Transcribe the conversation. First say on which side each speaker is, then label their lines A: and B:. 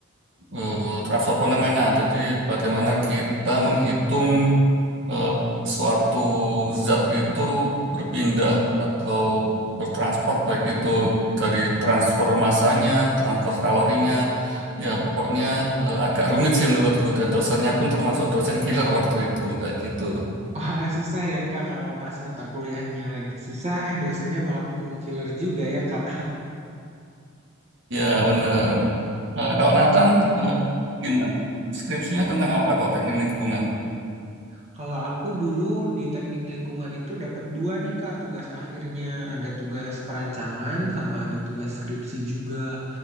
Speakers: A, on the right; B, on the right.
A: eh, transfer fenomenal. Jadi bagaimana kita menghitung eh, suatu zat itu berpindah atau bertransport baik itu dari transfer masanya, transfer kalorinya, ya pokoknya eh, agak rumit sih menurutku dan dosennya pun termasuk dosen killer waktu itu kayak gitu.
B: <laughs> Wah, susah ya Kak kalau pas mata kuliahnya lagi susah, eh dosennya malah ketemu killer juga ya Kak.
A: Ya benar. Eh, kalau Nathan eh, gimana? Skripsinya tentang apa kalau teknik lingkungan?
B: Kalau aku dulu di teknik lingkungan itu dapat dua nih Kak tugas akhirnya. Ada tugas perancangan sama ada tugas skripsi juga.